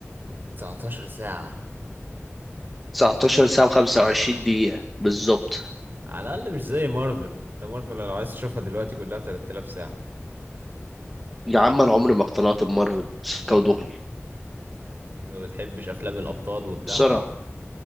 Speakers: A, on the right; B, in the centre.
A: 19 ساعه
B: 19
A: اه
B: ساعة و25
A: آه.
B: دقيقة بالظبط
A: على الاقل مش زي مارفل انت مارفل لو عايز تشوفها دلوقتي كلها 3000 ساعه
B: يا عم أنا عمري ما اقتنعت بمارفل سكة ودغري
A: ما بتحبش افلام الابطال وبتاع
B: بصراحة